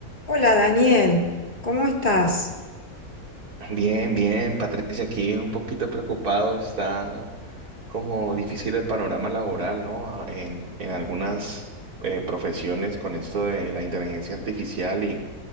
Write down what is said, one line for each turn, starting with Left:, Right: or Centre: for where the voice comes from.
Left: Hola Daniel, ¿cómo estás?
Right: Bien, bien, Patricia, aquí un poquito preocupado, está como difícil el panorama laboral, ¿no? A- En, en algunas eh, profesiones con esto de la inteligencia artificial y